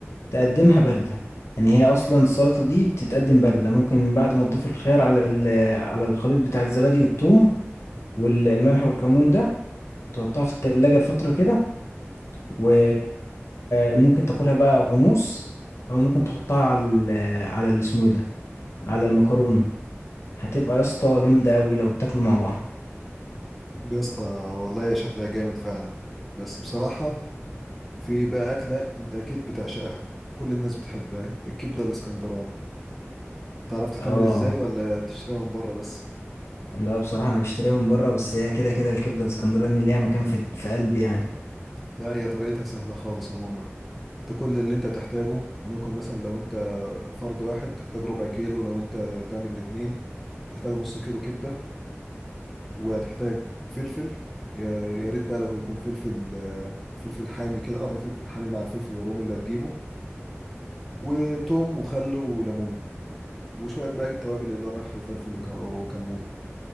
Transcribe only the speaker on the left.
تقدمها باردة يعني هي أصلا السلطة دي بتتقدم باردة ممكن بعد ما تضيف الخيار على ال- على الخليط بتاع الزبادي والثوم والملح والكمون ده تحطها في التلاجة لفترة كده و... وممكن تاكلها بقى غموس أو ممكن تحطها على ال... على اللي اسمه إيه ده على المكرونة هتبقى يا اسطى جامدة أوي لو تاكلوا مع بعض
اه
لا بصراحة أنا بشتريها من بره بس هي كده كده الكبدة الاسكندراني ليها مكان في في قلبي يعني